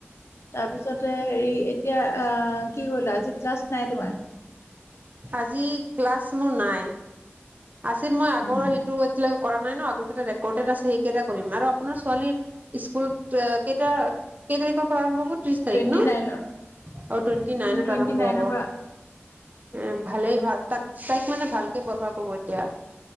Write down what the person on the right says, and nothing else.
আজি ক্লাছ মোৰ নাই। আছিল। মই আগৰ
সেইটো এতিয়ে কৰা নাই ন, আগৰ কেইটা ৰেকৰ্ডেড আছে, সেইকেইটা কৰিম। আৰু আপোনাৰ ছোৱালী স্কুলত কেইটা, কেই তাৰিখৰ পৰা আৰম্ভ হ'ল? ত্ৰিশ তাৰিখ
ন,
অ, টুৱেণ্টি নাইনত
আৰম্ভ
হ'ব।
উম, ভালেই ভাল। তাক, তাইক মানে ভালকে পঢ়োৱা ক'ব এতিয়া।